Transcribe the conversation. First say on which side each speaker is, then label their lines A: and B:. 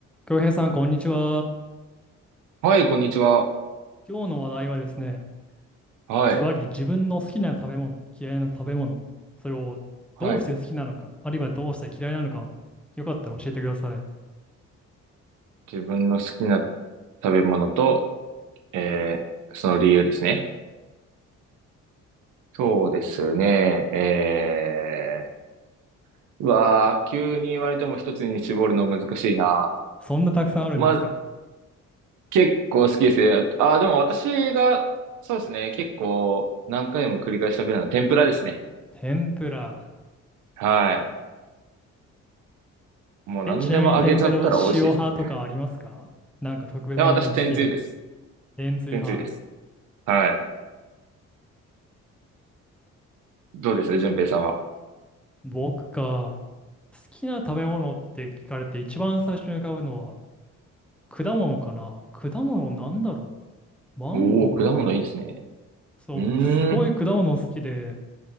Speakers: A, in the centre; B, on the right.
A: 京平さん、こんにちは。
B: はい、こんにちは。
A: 今日の話題はですね、
B: はい。
A: ズバリ自分の好きな食べ物、嫌いな食べ物、それをどうして好きなのか、
B: はい。
A: あるいはどうして嫌いなのかを、よかったら教えてください。
B: 自分の好きな食べ物と、えー、その理由ですね。そうですね。えー、うわー、急に言われても一つに絞るの難しいな。
A: そんなたくさんあるんですか
B: まあ、結構好きですね。あー、でも私が、そうですね。結構何回も繰り返し食べるのは天ぷらですね。
A: 天ぷら。
B: はい。もう何でも揚げちゃったら美味しいですね。
A: え、ちなみに天ぷらは塩派とかありますかなんか特別なものをつけると。
B: いや、私、天つゆです。
A: 塩水派。
B: 天つゆです。はい。どうです順平さんは。
A: 僕か、好きな食べ物って聞かれて一番最初に浮かぶのは果物かな。果物なんだろう。マンゴーかな。
B: おー、果物いいですね。
A: そう、
B: うーん。
A: 僕すごい果物好きで、